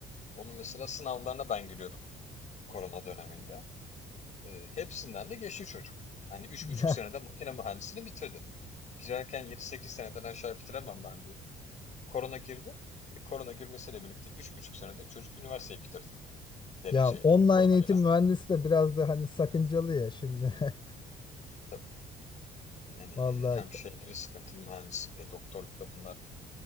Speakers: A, on the left; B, on the left.
A: Onun mesela sınavlarına ben giriyordum korona döneminde. E, hepsinden de geçti çocuk. Hani üç
B: <laughs>
A: buçuk senede
B: Ya
A: makine mühendisliğini bitirdi. Girerken 7 sekiz seneden aşağı bitiremem ben diyordu. Korona girdi. Ve korona girmesiyle birlikte üç buçuk senede çocuk üniversiteyi bitirdi. Dereceyle,
B: ya online
A: koronayla.
B: eğitim mühendisi de biraz da hani sakıncalı ya şimdi. <laughs>
A: Tabii. Yani e,
B: Vallahi
A: hem şeyleri sıkıntılı mühendislikle, doktorlukla bunlar